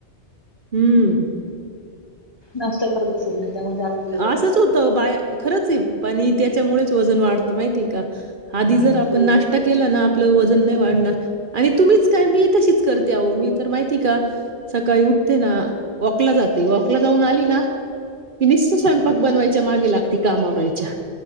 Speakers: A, on the right; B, on the left.
A: हम्म
B: नाशता करत बसत नाही त्यामध्ये आपली वेळ जाते
A: असंच होतं बाय खरंच ए पाणी त्याच्यामुळेच वजन वाढतो माहितीय का आधी
B: कामामध्ये.
A: जर आपण नाश्ता केला ना आपलं व वजन नाही वाढणार आणि तुमीच काय मी तशीच करते आहो मी तर माहिती का सकाळी उठते ना वॉकला जाते वॉकला जाऊन आली ना की निस्त स्वयंपाक बनवायच्या मागे लागते काम आवडायच्या